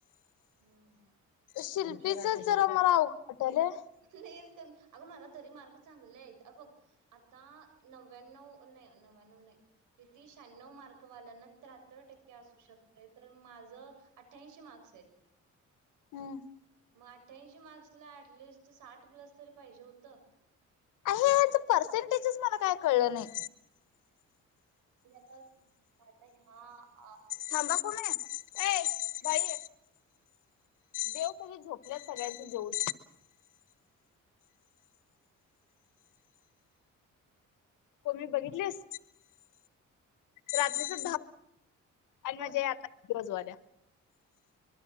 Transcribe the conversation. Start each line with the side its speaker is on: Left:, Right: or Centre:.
Right: हम्म
Left: शिल्पीच
Right: भेटू
Left: जरा मला वाटालय. <unintelligible>
Right: पलेस अगं मला तरी मार्क चांगले आहेत, अ बघ आता नव्याण्णव नाही, नव्याण्व नाही, रतीश त्राण्यवं मार्कवाल्यांना त्र्यंत्तर टक्के असू शकतय तर मा जर आठ्ठयाऐंशी मार्क्स आहेत.
Left: हम्म.
Right: मग अठ्ठ्यांऐशी मार्क्सला ऍटलिस्ट साठ प्लस तरी पाहिजे होतं.
Left: आहे, हच पर्सेंटेजच मला काय कळलं नाही.
Right: <inaudible> आता ह्या-
Left: थांबा कुमे ए भई देव कधीच झोपलंत सगळ्यांचं जेऊन. हो मी बघितलेस रात्रीच <unintelligible> आणि
Right: कोण
Left: म्हणजे आता दिवसभर दया.